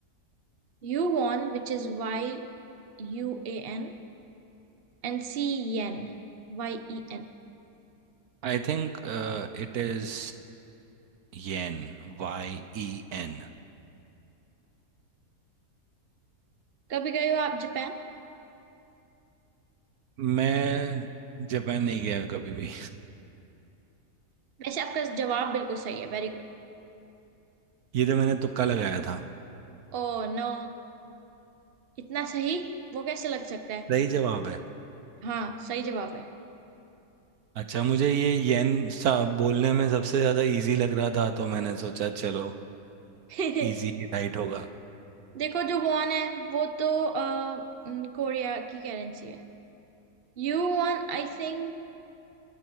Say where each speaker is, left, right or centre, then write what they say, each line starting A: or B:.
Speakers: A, on the right (about 40°); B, on the right (about 70°).
A: yuan which is Y U A N and C yen Y E N
B: I think it is yen Y E N
A: कभी गए हो आप जापान
B: मैं जापान नहीं गया कभी भी
A: वैसे आपका जवाब बिल्कुल सही है वेरी गुड
B: <laughs> ये तो मैंने तुक्का लगाया था
A: ओ नो इतना सही वो कैसे लग सकता है
B: सही जवाब है
A: हाँ सही जवाब है
B: अच्छा मुझे ये येन सा बोलने में सबसे ज्यादा इजी लग रहा था तो मैंने सोचा चलो
A: <laughs>
B: इजी ही राइट होगा
A: देखो जो वॉन है वो तो अ, न, कोरिया की करेंसी है You won I think